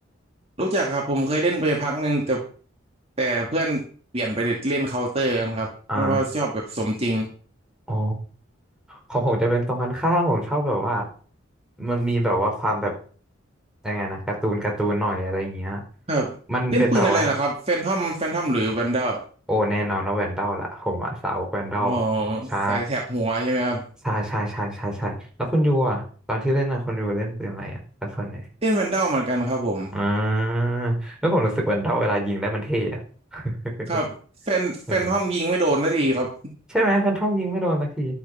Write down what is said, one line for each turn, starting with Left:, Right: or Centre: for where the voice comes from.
Right: รู้จักครับผมเคยเล่นไปพักหนึ่งแต่แต่เพื่อนเปลี่ยนไปเล่นเคาน์เตอร์กันครับเพราะว่าชอบแบบสมจริง
Centre: อ่าอ๋อของผมจะเป็นตรงกันข้ามผมชอบแบบว่ามันมีแบบว่าความแบบยังไงนะการ์ตูนการ์ตูนหน่อยอะไรอย่างเงี้ย
Right: ครับเล่นปืนอะไรเหรอครับแฟนทอมแฟนทอมหรือแวนด
Centre: มันเป็นแบบว่า
Right: a ล
Centre: โอ้แน่นอนว่าแวนดอลล่ะผมอะสาวกแวนดอล
Right: อ๋อ
Centre: ใช่
Right: สายแถบหัวใช่ไหมครับ
Centre: ใช่ใช่ใช่ใช่ใช่แล้วคุณยูอะตอนที่เล่นอะคุณยูเล่นปืนอะไรอะแล้วส่วนไหน
Right: เล่นแวนด a ลเหมือนกันครับผม
Centre: อ่าแล้วผมรู้สึกแวนดอลเวลายิงได้มันเท่อะ <laughs>
Right: ครับแฟนแฟนทอมยิงไม่โดนนาทีครับ
Centre: ใช่ไหมใช่ไหมแฟนทอมยิงไม่โดนสักที